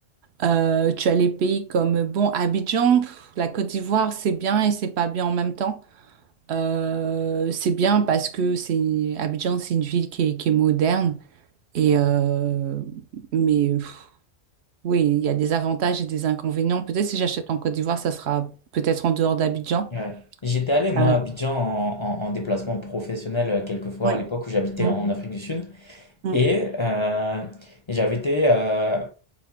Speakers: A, on the right; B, on the left.
A: Euh, tu as les pays comme, bon, Abidjan, pff, la Côte d'Ivoire, c'est bien et c'est pas bien en même temps. Euh, c'est bien parce que c'est Abidjan, c'est une ville qui est, qui est moderne, et, euh, mais. Oui, il y a des avantages et des inconvénients. Peut-être si j'achète en Côte d'Ivoire, ça sera peut-être en dehors d'Abidjan.
B: Ouais. J'étais allé, moi,
A: Euh,
B: à Abidjan en, en- en déplacement professionnel euh, quelquefois
A: Ouais.
B: à l'époque où j'habitais
A: Mm,
B: en Afrique du Sud.
A: mm,
B: Et euh, j'avais été euh,